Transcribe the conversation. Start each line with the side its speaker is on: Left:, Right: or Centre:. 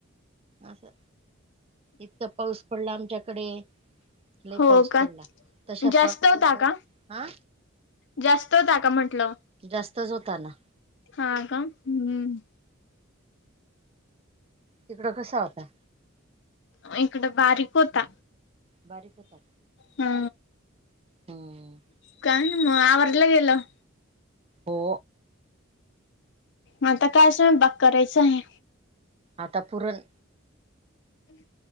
Right: असं इतका पाऊस पडला आमच्याकडे. लय
Left: हो
Right: पाऊस
Left: का
Right: पडला तशा
Left: जास्त
Right: पाऊसातच
Left: होता का
Right: हा.
Left: जास्त होता का म्हंटलं?
Right: जास्तच होता ना.
Left: हा का? हम्म.
Right: तिकडं कसा होता?
Left: म इकडं बारीक होता.
Right: बारीक होता
Left: हा
Right: हम्म
Left: काय नाही मग आवरल गेलं.
Right: हो.
Left: आता काय स्वयंपाक करायचाय.
Right: आता पुरण